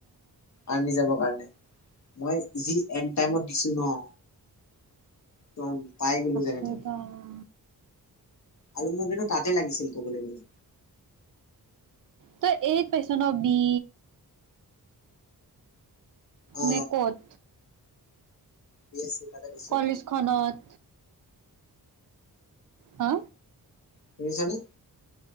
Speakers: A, on the left; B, on the right.
A: আৰ্মি যাবৰ কাৰণে, মই যি এন টাইমত দিছো ন তম, পাই গলো। যেনে
B: সেইটা
A: তেনে
B: অ'
A: আৰু মোৰ কিন্তু তাতে লাগিছিল ক'বলে গ'লে।
B: তই এইট পাইছ ন বি
A: অ
B: নে ক'ত?
A: বি এছ চি তাতে পাইছো
B: কলেজখনত। হা?
A: শুনিছানে?